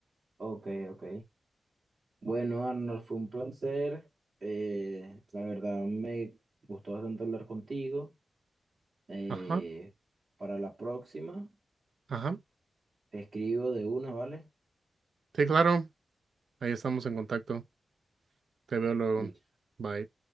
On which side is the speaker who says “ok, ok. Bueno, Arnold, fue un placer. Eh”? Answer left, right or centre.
Right